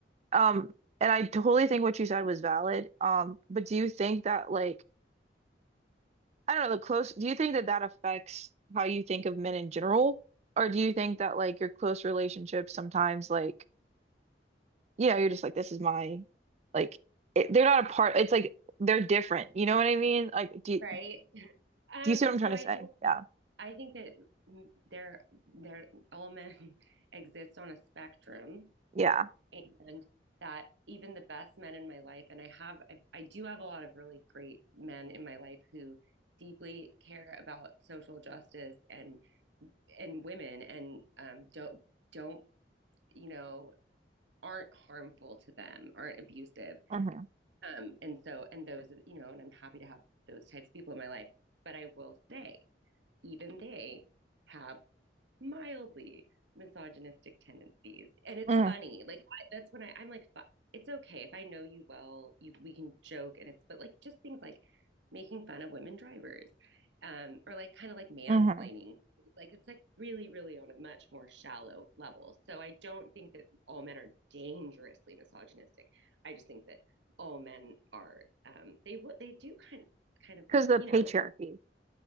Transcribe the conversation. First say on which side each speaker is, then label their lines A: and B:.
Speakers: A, on the right; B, on the right.
A: Um, and I totally think what you said was valid. Um, but do you think that like I don't know, the close, do you think that that affects how you think of men in general? Or do you think that like your close relationships sometimes like, you know, you're just like, this is my, like, it, they're not a part, it's like they're different. You know what I mean? Like, do you,
B: right um
A: do you see what I'm trying
B: so
A: to
B: i
A: say?
B: think
A: Yeah.
B: I think that mm, there there all men <laughs> exist on a spectrum
A: Yeah.
B: and that even the best men in my life and I have I, I do have a lot of really great men in my life who deeply care about social justice and and women and um don't don't you know aren't harmful to them aren't abusive
A: Mm-hmm.
B: um and so and those you know and I'm happy to have those types of people in my life but I will say even they have mildly misogynistic tendencies. And it's
A: Mm-hmm.
B: funny. Like I, that's when I, I'm like, it's okay if I know you well, you we can joke and it's but like just things like making fun of women drivers. Um, or like kind of like mansplaining.
A: Mm-hmm.
B: Like it's like really, really on a much more shallow level. So I don't think that all men are dangerously misogynistic. I just think that all men are um they what they do kind of kind of
A: Because
B: look,
A: the
B: you
A: patriarchy.
B: know,